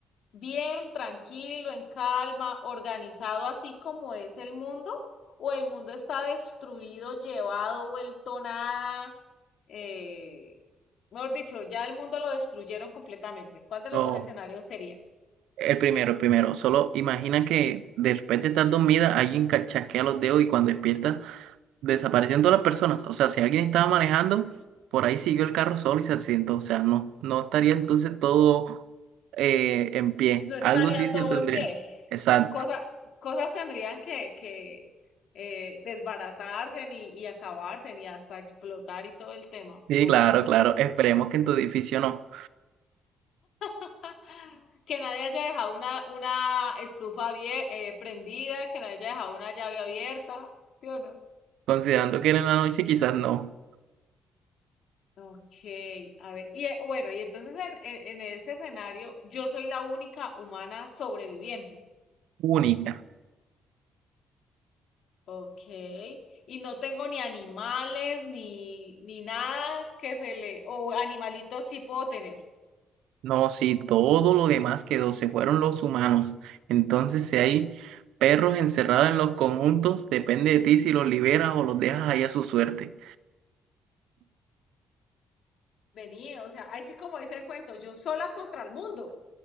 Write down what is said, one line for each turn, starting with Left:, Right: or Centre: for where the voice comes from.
Left: bien, tranquilo, en calma, organizado así como es el mundo, o el mundo está destruido, llevado, vuelto nada, eh, mejor dicho, ya el mundo lo destruyeron completamente. ¿Cuál de los
Right: oh,
Left: dos escenarios sería?
Right: el primero, el primero. Solo imagina que de repente estás dormida, alguien ca- chasquea los dedos y cuando despiertas desaparecen todas las personas. O sea, si alguien estaba manejando, por ahí siguió el carro solo y se accidentó. O sea, no, no estaría entonces todo eh, en pie.
Left: No estaría
Right: Algo sí
Left: todo
Right: se tendría.
Left: en pie.
Right: Exacto.
Left: Cosa- cosas tendrían que, que eh, desbaratarse y, y acabarse y hasta explotar y todo el tema.
Right: Sí,
Left: Ok.
Right: claro, claro. Esperemos que en tu edificio no.
Left: <laughs> Que nadie haya dejado una, una estufa abier- eh, prendida, que nadie haya dejado una llave abierta, ¿sí o no?
Right: Considerando que era en la noche, quizás no.
Left: Ok, a ver, y eh, bueno, y entonces en, en, en ese escenario yo soy la única humana sobreviviente.
Right: única.
Left: Ok, y no tengo ni animales, ni, ni nada que se le, o animalitos sí puedo tener.
Right: No, si todo lo demás quedó, se fueron los humanos. Entonces, si hay perros encerrados en los conjuntos, depende de ti si los liberas o los dejas ahí a su suerte.
Left: Vení, o sea, ahí sí como dice el cuento, yo sola contra el mundo.